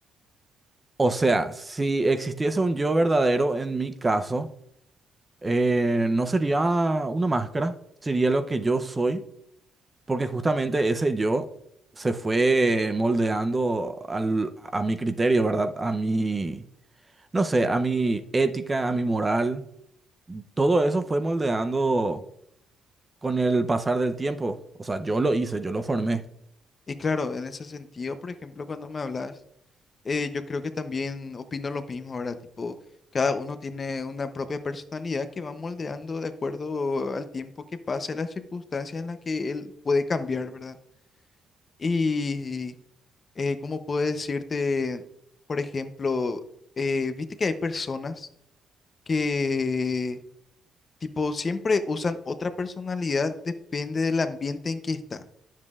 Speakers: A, on the right; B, on the left.
A: O sea, si existiese un yo verdadero en mi caso, eh, no sería una máscara, sería lo que yo soy, porque justamente ese yo se fue moldeando al- a mi criterio, ¿verdad? A mi, no sé, a mi ética, a mi moral. Todo eso fue moldeando. con el pasar del tiempo. O sea, yo lo hice, yo lo formé.
B: Y claro, en ese sentido, por ejemplo, cuando me hablas eh, yo creo que también opino lo mismo, ¿verdad? Tipo, cada uno tiene una propia personalidad que va moldeando de acuerdo al tiempo que pasa, y las circunstancias en las que él puede cambiar, ¿verdad? Y eh, cómo puedo decirte, por ejemplo, eh, viste que hay personas que, tipo, siempre usan otra personalidad, depende del ambiente en que está,